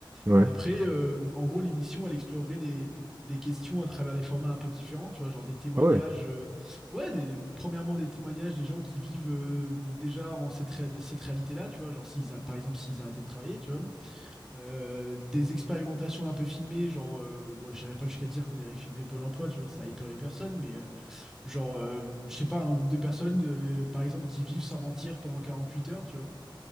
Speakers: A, on the right (about 30°); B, in the centre.
A: Ouais.
B: Et après, euh, en gros, l'émission, elle explorerait des, des questions à travers des formats un peu différents, tu vois, genre des témoignages,
A: Ah ouais.
B: euh, ouais, des, premièrement des témoignages des gens qui vivent euh, déjà en cette, ré- de cette réalité-là, tu vois, genre s'ils a, par exemple s'ils arrêtaient de travailler, tu vois, Euh, des expérimentations un peu filmées, genre, euh, bon, j'irai pas jusqu'à dire qu'on irait filmer Pôle emploi, tu vois, ça épeuré personne, mais euh, genre, euh, je sais pas, un groupe de personnes, euh, par exemple, qui vivent sans mentir pendant 48 heures, tu vois.